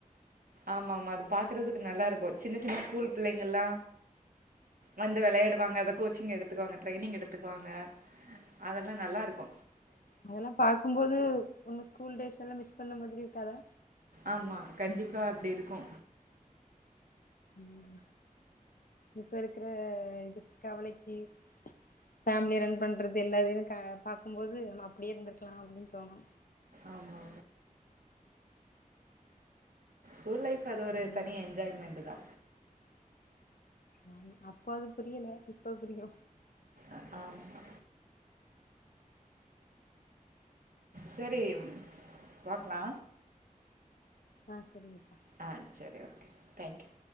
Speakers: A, on the right; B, on the left.
A: ஆமாமா அது பாக்கறதுக்கு நல்லாருக்கு சின்ன சின்ன ஸ்கூல் பிள்ளைங்கெல்லா வந்து வெளையாடுவாங்க அத கோச்சிங் எடு த்துகுவாங்க ட்ரெனிங் எடுத்துக்குவாங்க அதெல்லா நல்லாருக்கு
B: அதெல்லா பாக்கும்போது உங்க ஸ்கூல் டேஸ் எல்லா மிஸ் பண்ண மாதிரி இருக்காதா
A: ஆமா கண்டிப்பா அப்டி இருக்கு
B: ம் இப்ப இருக்ற இதுக் கவலைக்கி ஃபேமிலி ரன் பண்றது எல்லாதினு க பாக்கும்போது ந அப்டியே இருந்திருக்லா அப்டின் தோணு
A: ஆமா கூல் லைஃப் அது ஒரு
B: ம்
A: தனி எண்ஜாய்மெண்ட்தா
B: ஆமா அப்ப அது புரியல இப்ப புரியு
A: அ ஆம்மா செரி பாக்லா
B: ஆஹ் செரிங்கத்
A: ஆஹ் சரி ஓகே தங்க்யூ